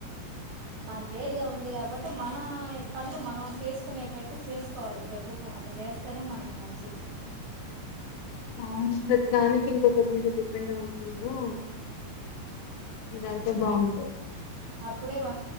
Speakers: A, on the right; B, on the left.
A: మా దేడిగా ఉంది కాబట్టి మన పనులు మనం చేసుకునేటట్టు చేసుకోవాలి ప్రభుత్వం అటు చేస్తేనే మనకి మంచిది
B: అవును ప్రతి దానికి ఇంకొకరి మీద డిపెండ్ అవుకుండా ఇదయితే బాగుండేది
A: అప్పుడే మ